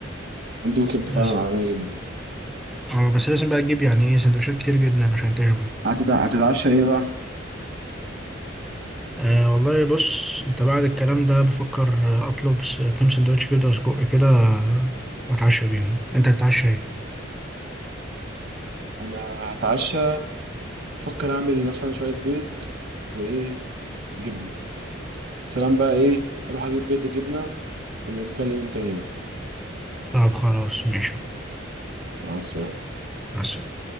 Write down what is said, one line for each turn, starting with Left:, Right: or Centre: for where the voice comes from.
Right: عنده كبده
Centre: بس
Right: فعلا عالميه جدا
Centre: اه بس لازم بقى تجيب يعني ايه سندوتشات كتير جدا عشان تشبع
Right: هتتع... هتتعشى ايه بقى
Centre: آه والله بص انت بعد الكلام ده بفكر اطلب س- كام سندوتش كبده وسجق كده آه، واتعشى بيهم انت تتعشى ايه
Right: انا هتعشى افكر اعمل مثلا شويه بيض وايه جبنه سلام بقى ايه هروح اجيب بيض وجبنه نبقى نتكلم يوم تاني بقى
Centre: طب خلاص ماشي
Right: مع السلامه
Centre: مع السلامة.